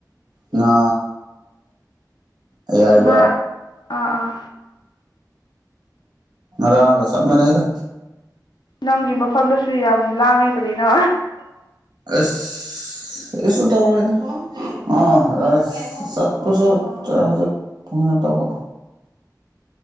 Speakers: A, on the right; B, on the left.
A: ꯉꯥ ꯑꯌꯥꯏꯕ
B: ꯉꯥ ꯑꯥ ꯑꯥ
A: ꯔꯥꯡꯒ ꯁꯃꯅꯗ
B: ꯅꯪꯒꯤ ꯃꯐꯝꯗꯁꯨ ꯌꯥꯝ ꯂꯥꯡꯉꯦ ꯀꯅꯣ
A: ꯑꯁ ꯀꯁꯨ ꯇꯧꯔꯦꯗ ꯑ ꯑꯁ ꯆꯠꯄꯁꯨ ꯍꯧꯖꯤꯛ ꯐꯅ ꯇꯧꯕ